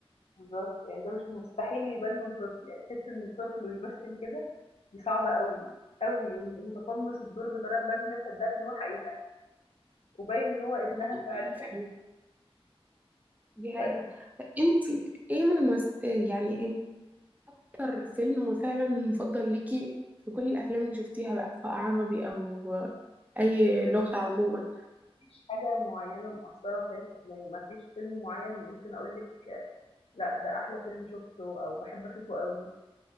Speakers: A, on the left (about 85°); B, on the right (about 15°).
A: بالضبط، يعني ده مش مستحيل يبان من طفل، يعني تحس إن طفل ويمثّل كده دي صعبة أوي، أوي وإنه متقمّص الدور بطريقة لدرجة إن أنا صدّقت إن هو حقيقة وباين إن هو ابنها
B: دي
A: فعلًا.
B: حقيقة فعلا دي
A: لا
B: حقيقة طب انت ايه ممثل يعني ايه اكتر فيلم هو فعلا مفضل ليكي في كل الافلام اللي شفتيها بقى سواء عربي او اي لغة عموما
A: مفيش حاجة معيّنة مأثّرة فيّا في أفلامي، مفيش فيلم معيّن ممكن أقول لِك لأ ده أحلى فيلم شُفته أو باحب أشوفه أوي،